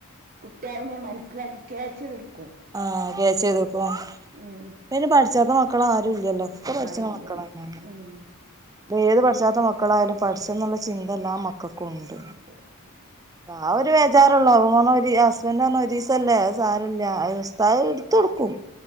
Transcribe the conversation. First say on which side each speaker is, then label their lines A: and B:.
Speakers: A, on the right; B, on the right.
A: കുട്ടിയാളെന്നെ മനസ്സിലാക്കി കെച്ചിതെടുക്
B: ആഹ് കേച്ചെയ്തട്ക്കും
A: ഉം
B: പിന്നെപ്പോ പഠിച്ചാത്ത മക്കളാരു ല്ലല്ലോ ഒക്കെ പഠിച്ചണ
A: ആരുല്ല
B: മക്കളെണെ ന്ന്.
A: ഉം
B: ഏത് പഠിച്ചാത്ത മക്കളായാലും പഠിച്ചെന്നുള്ള ചിന്ത ല്ലാ മക്കക്കുണ്ട്.
A: അതെ
B: ആ ഒരു വേചാറൊള്ളോ അവ പറഞ്ഞ ഹസ്ബൻഡറ് പറഞ്ഞ് ഒരീസല്ലേഅത് സാരല്ലാ അത് ഉസ്താദ് ഇട് തൊടുക്കും